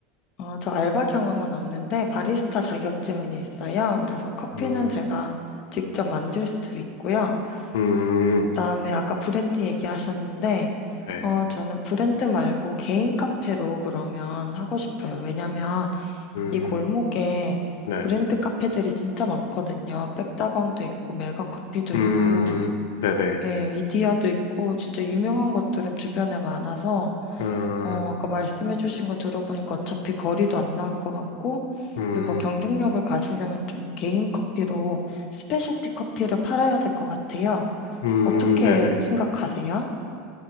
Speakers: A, on the left; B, on the left.
A: 어, 저 알바 경험은 없는데 바리스타 자격증은 있어요. 그래서 커피는
B: 음,
A: 제가 직접 만들 수 있고요.
B: 음,
A: 그다음에 아까 브랜드 얘기하셨는데,
B: 네,
A: 어, 저는 브랜드 말고 개인 카페로 그러면 하고 싶어요. 왜냐면
B: 음,
A: 이 골목에
B: 네,
A: 브랜드 카페들이 진짜 많거든요. 백다방도 있고, 메가커피도
B: 음,
A: 있고,
B: 네네,
A: 예, 이디야도 있고, 진짜 유명한 것들은 주변에 많아서,
B: 음,
A: 어, 아까 말씀해주신 거 들어보니까 어차피 거리도 안 나올 것 같고,
B: 음,
A: 그리고 경쟁력을 가지려면 좀 개인 커피로 스페셜티 커피를 팔아야 될 것 같아요.
B: 음,
A: 어떻게
B: 네네.
A: 생각하세요?